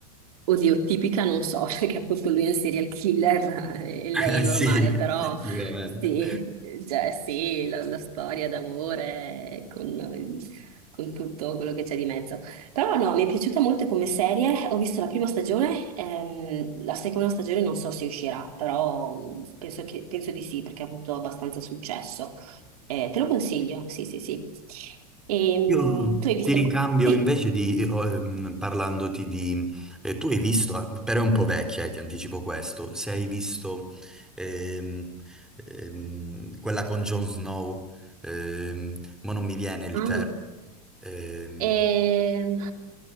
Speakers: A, on the right; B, in the centre.
A: Oddio, tipica non so, <laughs> perché appunto lui è un serial killer <laughs> e
B: <laughs>
A: lei
B: Eh
A: è normale,
B: sì,
A: però
B: effettivamente.
A: sì, cioè sì, la, la storia d'amore con, con tutto quello che c'è di mezzo. Però no, mi è piaciuta molto come serie, ho visto la prima stagione, ehm, la seconda stagione non so se uscirà, però mh, penso che- penso di sì, perché ha avuto abbastanza successo. Eh, te lo consiglio, sì, sì, sì. Ehm,
B: Io
A: tu hai visto...
B: ti ricambio
A: Sì.
B: invece di, io, ehm, parlandoti di... eh, tu hai visto, ah, però è un po' vecchia, eh, ti anticipo questo, se hai visto ehm, ehm, quella con Jon Snow, ehm, ma non mi viene il
A: Ah.
B: termine, ehm,
A: Ehm,